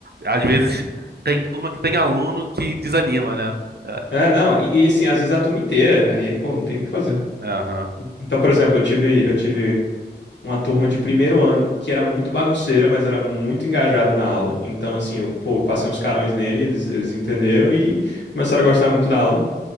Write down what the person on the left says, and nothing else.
É, não, e, e assim, às vezes é a turma inteira, aí, pô, não tem o que fazer.
Então, por exemplo, eu tive eu tive uma turma de primeiro ano que era muito bagunceira, mas era muito engajada na aula. Então, assim, eu, pô, eu passei uns carões nele, eles, eles entenderam e começaram a gostar muito da aula.